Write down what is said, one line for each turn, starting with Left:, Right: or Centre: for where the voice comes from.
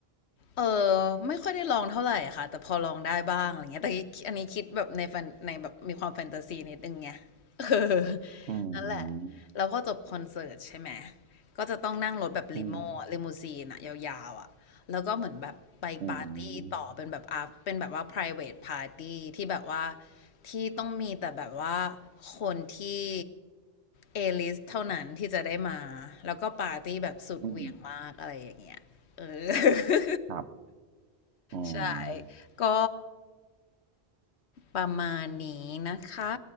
Left: เออไม่ค่อยได้ลองเท่าไหร่ค่ะแต่พอลองได้บ้างอะไรเงี้ยแต่อันนี้คิดแบบในแฟนในแบบมีความแฟนตาซีนิดนึงไง <laughs> เออ
Right: อืม
Left: นั่นแหละแล้วพอจบคอนเสิร์ตใช่ไหมก็จะต้องนั่งรถแบบลิโม่ลิมูซีนอะยาวๆอะแล้วก็เหมือนแบบไปปาร์ตี้ต่อเป็นแบบอาเป็นแบบว่า
Right: อืมอืม
Left: private party ที่แบบว่าที่ต้องมีแต่แบบว่าคนที่เอลิสเท่านั้นที่จะได้มาแล้วก็ปาร์ตี้แบบสุดเหวี่ยงมากอะไรอย่างเงี้ยเอ
Right: อืม
Left: อ
Right: ครับอืม
Left: ใช่ ก็ประมาณนี้นะคะ